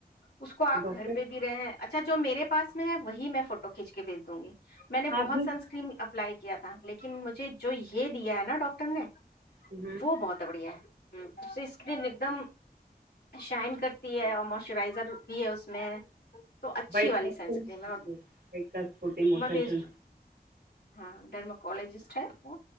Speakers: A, on the left; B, on the right.
A: اس کو آپ
B: ڈاکٹر
A: گھر پہ بھی رہے ہیں اچھا جو میرے پاس میں ہے وہی میں فوٹو کھینچ کے بھیج دوں گی میں نے
B: ہاں
A: بہت
B: بھی
A: سنس اپلائی کیا تھا لیکن لن مجھے جو یہ دیا ہے نا نا ڈاکٹر نے
B: ہوں
A: وہ بہت بڑھیا ہے ہ اس سے اسکرین ایک دم شائن کرتی ہے اور موئسچرائزر بھی ہے اس میں تو اچھی
B: بائک
A: والی
B: کا
A: سنس
B: بائک
A: کریم ہے اور
B: کاس پتی موٹر
A: میں بھیج
B: سائیک
A: دوں ہاں ڈرماکالوجسٹ ہے وہ